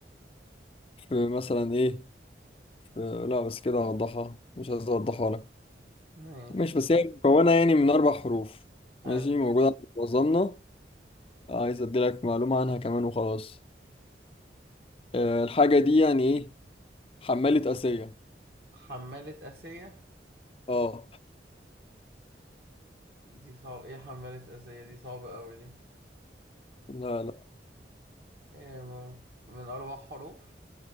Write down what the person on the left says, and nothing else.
في مثلا إيه آه، لا بس كده هوضحها مش عايز اوضحها لك
ماشي بس هي مكونة يعني من اربع حروف
ماشي موجودة عند وظنة عايز ادي لك معلومة عنها كمان وخلاص آه، الحاجة دي يعني ايه حمالة آسية
اه
لا لا